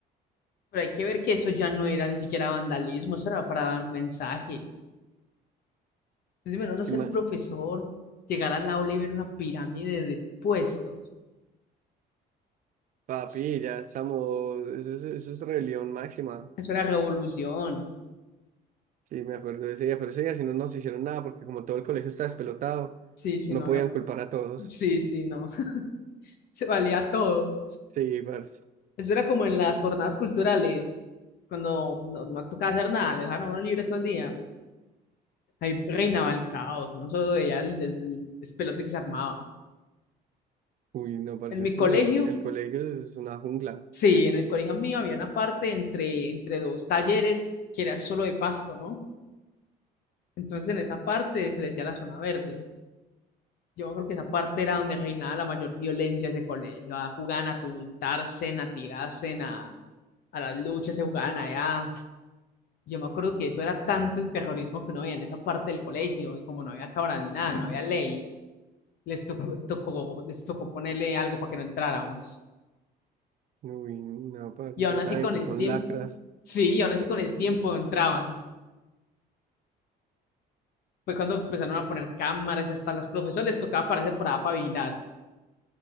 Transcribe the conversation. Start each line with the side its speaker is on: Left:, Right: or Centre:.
Left: Pero hay que ver que eso ya no era ni siquiera vandalismo, eso era para dar un mensaje. Entonces, bueno, no
Right: Es que
Left: ser
Right: ima-
Left: profesor, llegar al aula y ver una pirámide de puestos.
Right: Papi,
Left: <sniffs>
Right: ya estamos, eso es, eso es rebelión máxima.
Left: Eso era revolución.
Right: Sí, me acuerdo de ese día, pero ese día si no nos hicieron nada porque como todo el colegio estaba despelotado,
Left: Sí, sí,
Right: no
Left: no
Right: podían
Left: había.
Right: culpar a todos.
Left: Sí, sí, no. <laughs> Se valía todo.
Right: Sí, parce.
Left: Eso era como en las jornadas culturales, cuando no, no tocaba hacer nada, lo dejaron a uno libre todo el día. Ahí reinaba el caos, no solo veía el, el despelote que se armaba.
Right: Uy, no, parce,
Left: En mi
Right: es que
Left: colegio
Right: no, el colegio es una jungla.
Left: Sí, en el colegio mío había una parte entre, entre dos talleres que era solo de pasto, ¿no? Entonces en esa parte se le decía la zona verde. Yo creo que esa parte era donde reinaba la mayor violencia de ese colegio. Ah, jugaban a tumultarse, a tirarse, a, a las luchas, se jugaban allá. Yo me acuerdo que eso era tanto el terrorismo que no había en esa parte del colegio. Y como no había cámara ni nada, no había ley, les tocó, tocó- les tocó ponerle algo para que no entráramos.
Right: Uy, no, parce,
Left: Y aún
Right: ya
Left: así
Right: saben
Left: con
Right: que
Left: el
Right: son
Left: tiempo,
Right: lacras.
Left: sí, y aún así con el tiempo entraban. fue cuando empezaron a poner cámaras y hasta a los profesores les tocaba pararse por allá para vigilar.